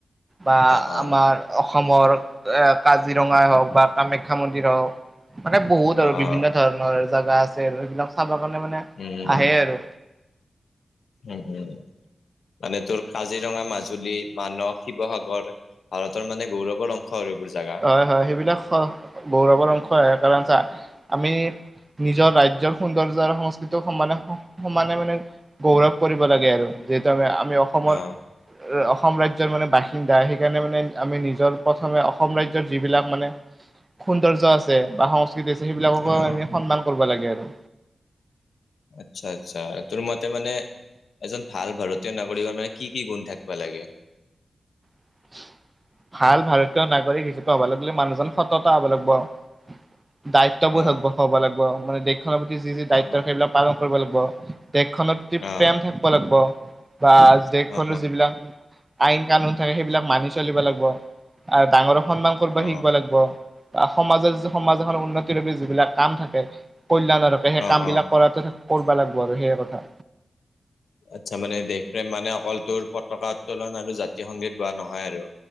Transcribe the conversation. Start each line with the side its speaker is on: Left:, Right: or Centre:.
Right: বা
Left: অ', অ',
Right: আমাৰ অসম অসমৰ এ কাজিৰঙাই হওঁক বা কামাখ্যা মন্দিৰ হওঁক। মানে বহুত
Left: অ',
Right: আৰু বিভিন্ন
Left: অ',
Right: ধৰণৰ জেগা আছে আৰু এইবিলাক চাব। <unintelligible> কাৰণে মানে
Left: উম,
Right: আহে আৰু
Left: উম, উম। মানে তোৰ কাজিৰঙা মাজুলী, মানস, শিৱসাগৰ ভাৰতৰ মানে গৌৰৱৰ অংশ। আৰু এইবোৰ জাগা।
Right: হয়, হয়। সেইবিলাক গৌৰৱৰ অংশ আহ কাৰণ চা আমি নিজৰ ৰাজ্য সৌন্দৰ্য্য আৰু সংস্কৃতি সমানে সমানে মানে গৌৰৱ কৰিব লাগে, আৰু <unintelligible> আমি অসমৰ
Left: অ',
Right: অসম ৰাজ্ৰ মানে বাসিন্দা সেইকাৰণে মানে আমি নিজৰ প্ৰথমে স্ৰাজ্যৰ যিবিলাক মানে সৌন্দৰ্য আছে বা সংস্ সেইবিলাককো
Left: অ', অ'।
Right: সন্মান কৰিব লাগে আৰু।
Left: আচ্ছা, আচ্ছা, তোৰ মতে মানে, এজন ভাল ভাৰতীয় নাগৰিক কি কি গুণ থাকিব লাগে?
Right: <inaudible> ভাল ভাৰতীয় নাগৰিক হিচাপে হ'ব লাগিলে মানুহজন সততা হ'ব লাগিব, আৰু দায়িত্ববোৰ
Left: অ
Right: হব লাগিব মানে দেশখনৰ প্ৰতি যি যি
Left: অ
Right: দায়িত্ব সেইবিলাক পালন কৰিব লাগিব। দেশখনৰ প্ৰতি
Left: অ
Right: প্ৰেম থাকিব লাগিব। বা দেশখনৰ
Left: অ অ
Right: যিবিলাক আইন কানুন থাকে সেইবিলাক মানি চলিব লাগিব, আৰু ডাঙৰ সন্মান কৰিব
Left: অ
Right: শিকিব লাগিব। বা সমাজৰ সমাজ এখন উন্নতিৰ বাবে যিবিলাক কাম থাকে, কলল্যাণৰ থকে সেই
Left: অ
Right: কাম
Left: অ
Right: বিলাক কৰাটো কৰিবা লাগিব আৰু সেইয় কথা।
Left: আচ্ছা মানে দেশ প্ৰ্ৰেম মানে অকলটোোৰ পতাকা উত্তোলন আৰু জাতীয় সংগীত গোৱা নহয় আৰু।